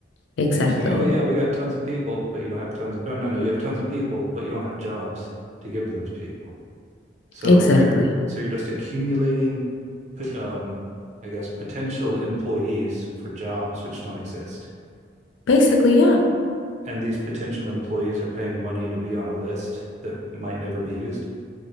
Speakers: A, on the left (about 80°); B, on the right (about 40°).
A: exactly.
B: And they're saying, oh, yeah, we got tons of people, but you don't have tons of, no, no, no, you have tons of people, but you don't have jobs to give to those people. So,
A: Exactly.
B: you're, so you're just accumulating, um, I guess, potential employees for jobs which don't exist.
A: Basically, yeah,
B: And these potential employees are paying money to be on a list that might never be used.